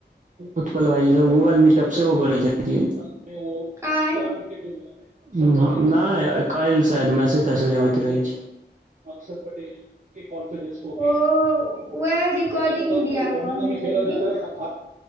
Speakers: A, on the right; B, on the right.
A: उत्पल भाईजी सब गूगल मीटप सेहो करै छै जी शुरुआत में वो
B: आइ
A: चार विकेट जो मिला है नहि काल्हि शायद मैसेज तैसेज अबैत रहै छै के कॉन्फिडेस कोॉर्ंगमे
B: ओ वएह रिकॉर्डिंग दिया कहने छलखिन
A: खेल जाा ह